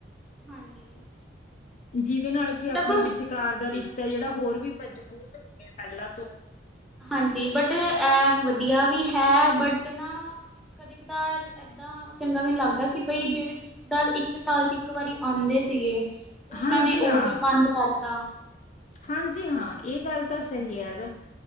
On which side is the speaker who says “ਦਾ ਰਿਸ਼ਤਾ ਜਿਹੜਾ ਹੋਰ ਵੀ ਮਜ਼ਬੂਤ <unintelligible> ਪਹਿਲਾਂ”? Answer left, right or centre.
Left